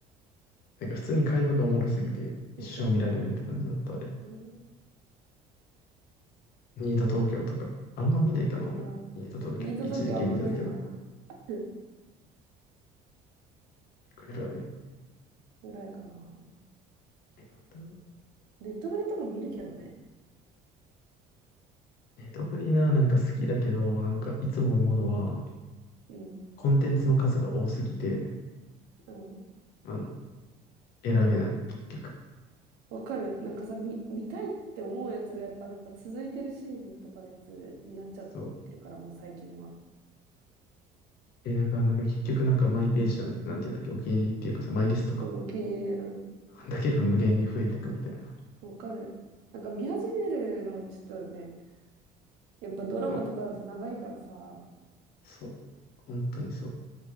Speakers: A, on the left; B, on the right.
A: なんか普通に会話がおもろすぎて、
B: わかる。
A: 一生見られるって感じだった、あれ。
B: あれな。
A: ニート東京とか、あんま見ないかな、
B: ああ、
A: もう。ニート東京、
B: ニート東京あんま見ないな。
A: 一時期見てたけど、
B: <laughs>
A: くらい。
B: ぐらいかな。ん
A: え、なんだろう。
B: ネットフリとかも見るけどね。
A: ネットフリーな、なんか好きだけど、なんかいつも思うのは、
B: うん。
A: コンテンツの数が多すぎて、
B: うん。
A: あの、選べない、結局。
B: わかる。なんかさ、見、見たいって思うやつがやっぱなんか続いてるシーズンとかのやつになっちゃってるから、
A: そ
B: もう最近は。
A: う。え、だからなんか結局なんかマイページじゃなくて、なんていうんだっけ、お気に入りっていうかさ、マイリストとか、
B: うん、お気に入り。うん。
A: だけが無限に増えていくみたいな。
B: わかる。なんか見始めるの、ちょっとね、やっぱドラマとかだと長いからさ、
A: そう。そう。本当にそう。